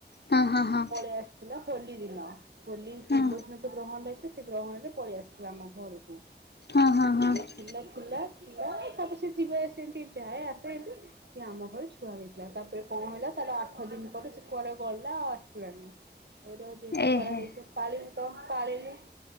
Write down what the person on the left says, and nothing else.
ହଁ ହଁ ହଁ।
ହଁ
ହଁ, ହଁ, ହଁ।
ଏ ହେ